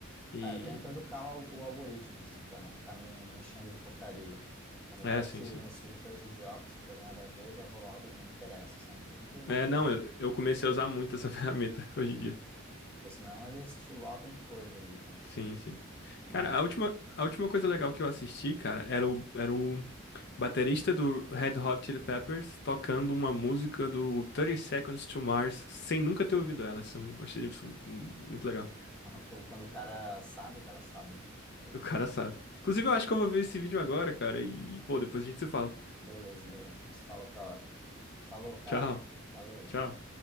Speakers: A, on the left; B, in the centre.
A: E,
B: Ah, eu tento educar o, al- o algoritmo, assim, pra não ficar me enchendo de porcaria. Quando aparece
A: é, assim, sim.
B: umas sugestões idiotas, assim, coisa nada a ver, eu já vou logo, não me interessa, sabe? Dá pra tu ir marcando,
A: É, não, eu,
B: né?
A: eu comecei a usar muito essa <laughs> ferramenta hoje em dia.
B: Porque senão eles te lotam de coisa ali, né?
A: Sim, sim.
B: Mas
A: Cara, a última, a última coisa legal que eu assisti, cara, era o, era o baterista do Red Hot Chili Peppers tocando uma música do thirty Seconds to Mars sem nunca ter ouvido ela. Isso, eu achei isso muito legal.
B: <laughs> quando o cara sabe, o cara sabe, né? É
A: O
B: isso.
A: cara sabe. Inclusive, eu acho que eu vou ver esse vídeo agora, cara, e, pô, depois a gente se fala.
B: Beleza, beleza. A gente se fala outra hora. Falou, cara.
A: Tchau,
B: Valeu.
A: tchau.